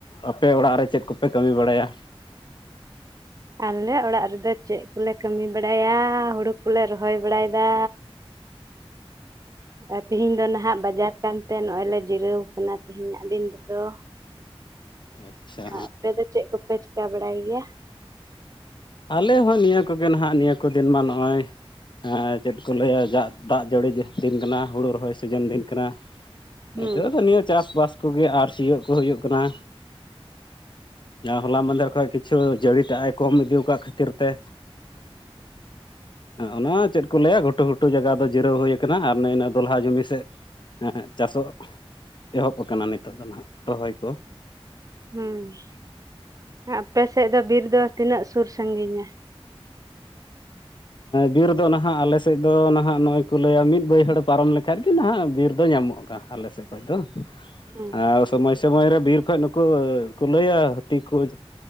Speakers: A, on the left; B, on the right.
A: ᱟᱯᱮ ᱚᱲᱟᱜ ᱨᱮ ᱪᱮᱫ ᱠᱚᱯᱮ ᱠᱟᱹᱢᱤ ᱵᱟᱲᱟᱭᱟ?
B: ᱟᱞᱮ ᱚᱲᱟᱜ ᱨᱮᱫᱚ ᱪᱮᱜ ᱠᱚᱞᱮ ᱠᱟᱹᱢᱤ ᱵᱟᱲᱟᱭᱟ? ᱦᱩᱲᱩ ᱠᱚᱞᱮ ᱨᱚᱦᱚᱭ ᱵᱟᱲᱟᱭᱫᱟ᱾ ᱟᱨ ᱛᱤᱦᱤᱧ ᱫᱚ ᱱᱟᱦᱟᱜ ᱵᱟᱡᱟᱨ ᱠᱟᱱᱛᱮ, ᱱᱚᱜᱼᱚᱭ ᱞᱮ ᱡᱤᱨᱟᱹᱣ ᱠᱟᱱᱟ ᱛᱮᱦᱮᱧᱟᱜ ᱫᱤᱱ ᱨᱮᱫᱚ᱾
A: ᱟᱪᱪᱷᱟ
B: ᱟᱯᱮ ᱫᱚ ᱪᱮᱜ ᱠᱚᱯᱮ ᱪᱤᱠᱟ ᱵᱟᱲᱟᱭ ᱜᱮᱭᱟ?
A: ᱟᱞᱮ ᱦᱚᱸ ᱱᱤᱭᱟᱹ ᱠᱚᱜᱮ, ᱱᱟᱦᱟᱜ ᱱᱤᱭᱟᱹ ᱠᱚ ᱫᱤᱱ ᱢᱟ ᱱᱚᱜᱼᱚᱭ᱾ ᱪᱮᱫ ᱠᱚ ᱞᱟᱹᱭᱟ, ᱡᱟᱜ ᱫᱟᱜ ᱡᱟᱹᱲᱤ ᱫᱤᱱ ᱠᱟᱱᱟ ᱦᱩᱲᱩ ᱨᱚᱦᱚᱭ ᱥᱤᱡᱤᱱ ᱫᱤᱱ ᱠᱟᱱᱟ᱾ ᱱᱤᱛᱚᱜ
B: ᱦᱮᱸ
A: ᱫᱚ ᱱᱤᱭᱟᱹ ᱪᱟᱥᱼᱵᱟᱥ ᱠᱚᱜᱮ ᱟᱨ ᱥᱤᱭᱳᱜ ᱠᱚ ᱦᱩᱭᱩᱜ ᱠᱟᱱᱟ᱾ ᱦᱚᱞᱟ ᱢᱟᱫᱮᱨ ᱠᱷᱚᱡ ᱠᱤᱪᱷᱩ ᱡᱟᱹᱲᱤ ᱴᱟᱜᱼ ᱮ ᱠᱚᱢ ᱤᱫᱩᱣ᱾ ᱠᱟᱜ ᱠᱷᱟᱹᱛᱤᱨ ᱛᱮ᱾ ᱚᱱᱟ ᱪᱮᱫ ᱠᱚ ᱞᱟᱹᱭᱟ ᱜᱷᱩᱴᱩ ᱜᱷᱩᱴᱩ ᱚᱱᱟ ᱡᱟᱭᱜᱟ ᱫᱚ ᱡᱤᱨᱟᱹᱣ ᱦᱩᱭ ᱠᱟᱱᱟ᱾ ᱟᱨ ᱱᱟᱹᱭ ᱤᱱᱟᱹ ᱫᱚ ᱞᱟᱦᱟ ᱡᱚᱢᱤ ᱥᱮᱜ᱾ ᱪᱟᱥᱚᱜ ᱮᱦᱚᱵ ᱟᱠᱟᱱᱟ ᱱᱤᱛᱚᱜ ᱫᱚ ᱱᱟᱦᱟᱜ ᱨᱚᱦᱚᱭ ᱠᱚ᱾
B: ᱦᱩᱸ ᱟᱯᱮ ᱥᱮᱜ ᱫᱚ ᱵᱤᱨ ᱫᱚ ᱛᱤᱱᱟᱹᱜ ᱥᱩᱨ ᱥᱟᱹᱜᱤᱧᱟ?
A: ᱵᱤᱨ ᱫᱚ ᱱᱟᱦᱟᱜ ᱟᱞᱮ ᱥᱮᱜ ᱫᱚ ᱱᱟᱦᱟᱜ ᱱᱚᱜᱼᱚᱭ ᱠᱚ ᱞᱟᱹᱭᱟ ᱢᱤᱫ ᱵᱟᱹᱭᱦᱟᱹᱲ ᱯᱟᱨᱚᱢ ᱞᱮᱠᱷᱟᱡ ᱜᱮ ᱱᱟᱦᱟᱜ ᱵᱤᱨ ᱫᱚ ᱧᱟᱢᱚᱜ ᱠᱟᱱᱟ᱾ ᱟᱞᱮ ᱥᱮᱜ ᱠᱷᱚᱡ ᱫᱚ,
B: ᱦᱮᱸ
A: ᱟᱨ᱾ ᱥᱚᱢᱚᱭ ᱥᱚᱢᱚᱭ ᱨᱮ ᱵᱤᱨ ᱠᱷᱚᱡ ᱱᱩᱠᱩ ᱠᱩᱞᱟᱹᱭ ᱟᱨ ᱦᱟᱹᱛᱤ ᱠᱚ ᱦᱟᱡᱩᱜ᱾